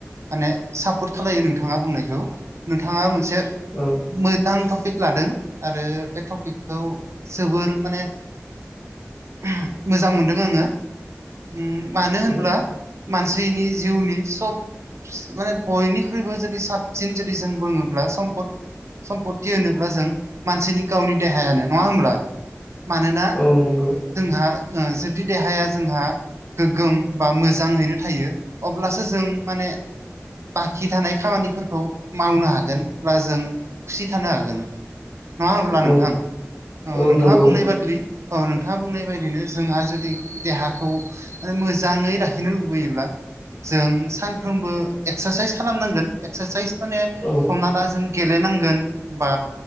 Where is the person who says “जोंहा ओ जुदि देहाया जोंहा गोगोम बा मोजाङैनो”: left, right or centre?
Right